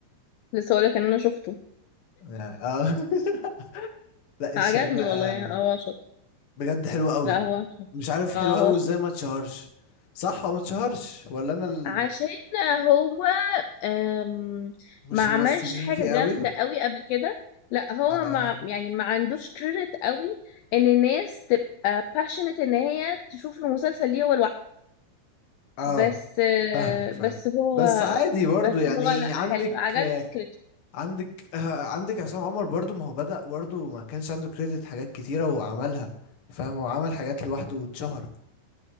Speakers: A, on the left; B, on the left.
A: لسه هقولك ان انا شفته
B: يعني اه <laughs> لا الشرنقة
A: عجبني والله يعني هو شاطر
B: بجد حلوة قوي
A: لا هو شاطر
B: مش عارف حلوة
A: اه هو
B: قوي
A: شاطر
B: ازاي ما اتشهرش صح هو ما اتشهرش ولا انا ال...
A: عشان هو أم...
B: مش
A: ما عملش
B: ممثلين
A: حاجة
B: فيه
A: جامدة
B: قوي
A: قوي قبل كده لا هو
B: اه
A: ما يعني ما عندوش كريدت قوي ان الناس تبقى passionate ان هي تشوف المسلسل ليه هو لوحده
B: اه
A: بس آه،
B: فاهمك فاهم
A: بس هو
B: بس عادي برضو
A: بس
B: يعني
A: هو لا
B: عندك
A: حلو عجبني
B: آه،
A: فكرته
B: عندك آه، عندك عصام عمر برضو ما هو بدأ برضو ما كانش عنده كريدت حاجات كتيرة وعملها فاهم هو عمل حاجات لوحده واتشهر